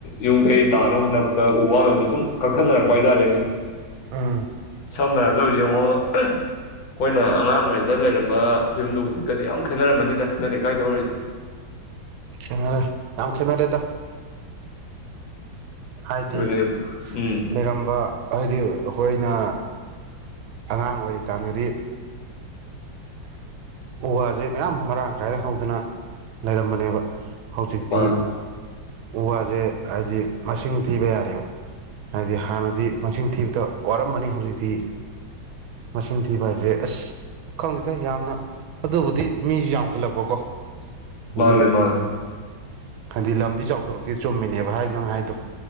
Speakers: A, on the left (about 75°); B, on the right (about 85°).
A: ꯌꯨꯝ ꯀꯩ ꯇꯥꯅꯕ ꯍꯣꯠꯅꯔꯛꯄꯗ ꯎ ꯋꯥꯅꯁꯨ ꯑꯗꯨꯝ ꯀꯛꯊꯠꯅꯔꯛꯄ ꯍꯥꯏꯇꯥꯔꯦꯅꯦ
B: ꯎꯝ
A: ꯁꯝꯅꯔ ꯂꯧ ꯌꯦꯡꯉꯣ ꯑꯝ ꯑꯩꯈꯣꯏꯅ ꯑꯉꯥꯡ ꯑꯣꯏꯔꯤꯉꯩꯗ ꯂꯩꯔꯝꯕ ꯐꯤꯕꯝꯗꯣ ꯍꯧꯖꯤꯛꯀꯗꯤ ꯌꯥꯝ ꯈꯦꯠꯅꯔꯝꯃꯅꯤꯗ ꯅꯣꯏꯅ ꯇꯧꯔꯤꯖꯦ
B: ꯈꯦꯠꯅꯔꯦ ꯌꯥꯝ ꯈꯦꯠꯅꯔꯦꯗ ꯍꯥꯏꯗꯤ
A: ꯑꯗꯨꯅꯦꯕ ꯎꯝ
B: ꯂꯩꯔꯝꯕ ꯍꯥꯏꯗꯤ ꯑꯩꯈꯣꯏꯅ ꯑꯉꯥꯡ ꯑꯣꯏꯔꯤꯀꯥꯟꯗꯗꯤ ꯎ ꯋꯥꯁꯦ ꯃꯌꯥꯝ ꯃꯔꯥꯡ ꯀꯥꯏꯅ ꯍꯧꯗꯅ ꯂꯩꯔꯝꯕꯅꯦꯕ ꯍꯧꯖꯤꯛꯇꯤ
A: ꯃꯥꯅꯦ
B: ꯎ ꯋꯥꯖꯦ ꯍꯥꯏꯕꯗꯤ ꯃꯁꯤꯡ ꯊꯤꯕ ꯌꯥꯔꯦꯕ ꯍꯥꯏꯗꯤ ꯍꯥꯟꯅꯗꯤ ꯃꯁꯤꯡ ꯊꯤꯕꯗ ꯋꯥꯔꯝꯕꯅꯤ ꯍꯧꯖꯤꯛꯇꯤ ꯃꯁꯤꯡ ꯊꯤꯕ ꯍꯥꯏꯖꯦ ꯑꯁ ꯈꯪꯗꯦꯗ ꯌꯥꯝꯅ ꯑꯗꯨꯕꯨꯗꯤ ꯃꯤꯁꯨ ꯌꯥꯝꯈꯠꯂꯛꯄꯀꯣ ꯑꯗꯒꯤ
A: ꯃꯥꯅꯦ ꯃꯥꯥꯅꯦ
B: ꯍꯥꯏꯗꯤ ꯂꯝꯗꯤ ꯆꯥꯎꯊꯣꯔꯛꯇꯦ ꯆꯨꯝꯃꯤꯅꯦꯕ ꯍꯥꯏꯗꯣ ꯅꯪ ꯍꯥꯏꯗꯣ